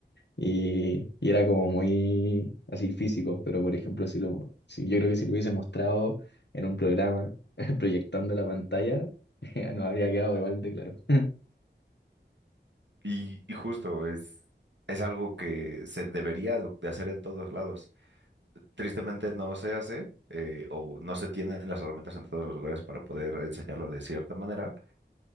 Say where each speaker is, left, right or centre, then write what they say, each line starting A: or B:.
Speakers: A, on the left; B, on the right.
A: Y, y era como muy así físico, pero por ejemplo, si lo, si, yo creo que si lo hubiese mostrado en un programa <laughs> proyectando la pantalla, <laughs> nos habría quedado igual de claro. <laughs>
B: Y, y justo es, es algo que se debería de, de hacer en todos lados. Tristemente no se hace. eh, o no se tienen las herramientas en todos los lugares para poder enseñarlo de cierta manera,